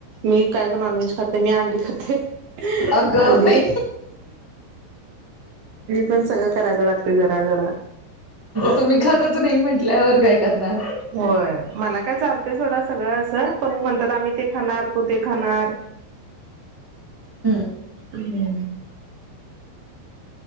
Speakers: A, on the right; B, on the right.
A: मी काय काय नॉनव्हेज खाते मी अंडी खाते
B: अगं
A: हांडी
B: बाई
A: पण सगळं करायला लागत जरा जरा
B: तुम्ही खातच नाही म्हटल्यावर काय करणार
A: होय मला काय चालतय सथोडा सगळं असं पण म्हणतात आम्ही ते खाणार कु ते खाणार
B: हो
A: हम्म